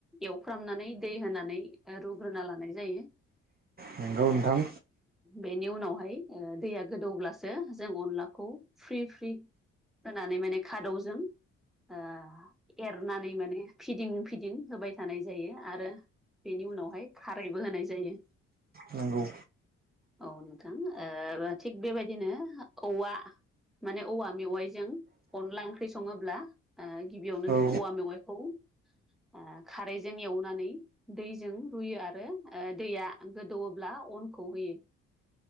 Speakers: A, in the centre; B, on the right (about 30°).
A: एवफ्रामनानै दै होनानै ओ रुग्रोना लानाय जायो। ओ
B: नंगौ नोंथां
A: बेनि उनावहाय ओ दैया गोदौब्लासो जों अनलाखौ फ्रि फ्रि होनानै माने खादौजों ओ एरनानै माने फिदिं फिदिं होबाय थानाय जायो आरो बेनि उनावहाय खारैबो होनाय जायो।
B: नंगौ
A: औ नोंथां ओ थिग बेबायदिनो औवा माने औवा मेवाइजों अनला ओंख्रि सङोब्ला ओ गिबियावनो
B: औ
A: जों औवा मेवाइखौ ओ खारैजों एवनानै दैजों रुयो आरो ओ दैया गोदौब्ला अनखौ होयो।